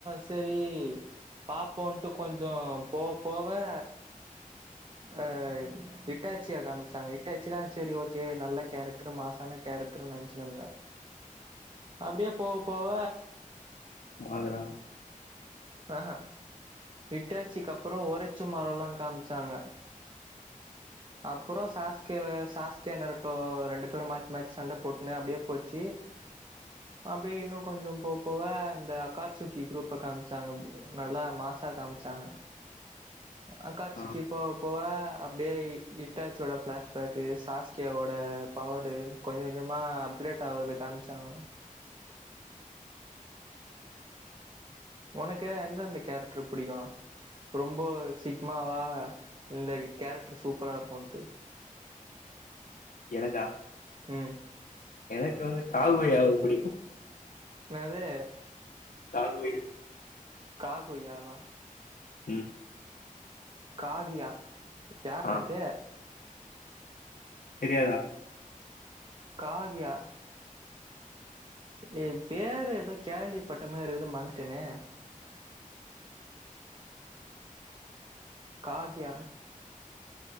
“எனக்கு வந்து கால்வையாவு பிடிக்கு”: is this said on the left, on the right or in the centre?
Left